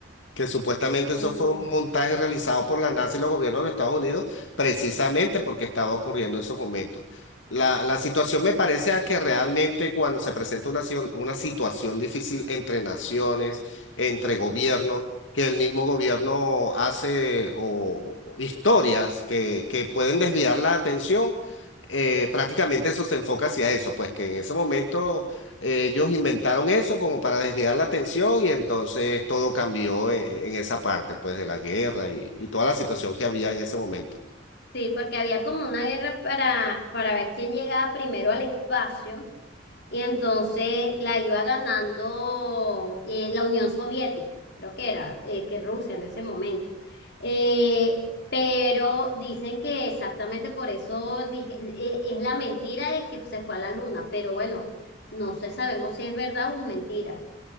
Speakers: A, on the left (about 85°); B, on the left (about 60°).
A: que supuestamente
B: Mm,
A: eso fue un montaje realizado por la NASA y los gobiernos de Estados Unidos, precisamente porque estaba ocurriendo en esos momentos. La, la situación me parece a que realmente cuando se presenta una, sion- una situación difícil entre naciones, entre gobiernos, que el mismo gobierno hace o, o historias que, que pueden desviar la atención, eh, prácticamente eso se enfoca hacia eso, pues que en ese momento eh, Ellos inventaron eso como para desviar la atención y entonces todo cambió e- en esa parte, pues, de la guerra y, y toda la situación que había en ese momento.
B: sí, porque había como una guerra para, para ver quién llegaba primero al espacio y entonces la iba ganando eh, la Unión Soviética, creo que era, eh, que Rusia en ese momento. Eh, pero dicen que exactamente por eso dije, eh, es la mentira de que se fue a la luna, pero bueno, no sé, sabemos si es verdad o es mentira.